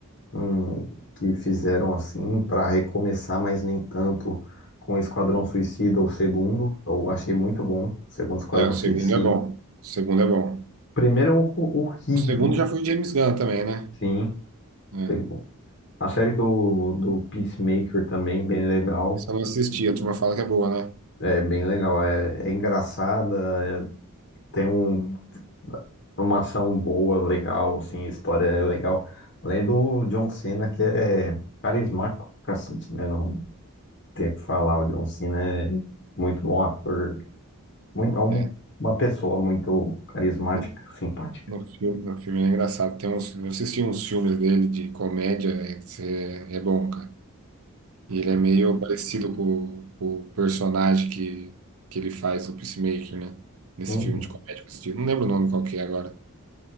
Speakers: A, on the left; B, on the right.
A: um, que fizeram assim pra recomeçar, mas nem tanto com Esquadrão Suicida, o segundo. Eu achei muito bom, o segundo Esquadrão
B: É, o segundo
A: Suicida.
B: é bom. O segundo é bom.
A: Primeiro é hor- horrível,
B: O segundo já foi o James Gunn também, né?
A: sim.
B: É.
A: Segu- A série do, do Peacemaker também, bem legal.
B: Essa eu não assisti, a turma fala que é boa, né?
A: É bem legal, é, é engraçada, é- tem um, uma ação boa, legal, assim, a história é legal. Além do John Cena, que é carismático pra cacete, né? Não tem o que falar, o John Cena é muito bom ator, muito, é um-
B: É.
A: uma pessoa muito carismática,
B: No,
A: simpática.
B: no filme, no filme é engraçado. Tem uns, eu assisti uns filmes dele de comédia, é, é é bom, cara. E ele é meio parecido com, com o personagem que, que ele faz, o Peacemaker, né? Nesse
A: Hum,
B: filme de comédia que eu assisti. Não lembro o nome qual que é agora.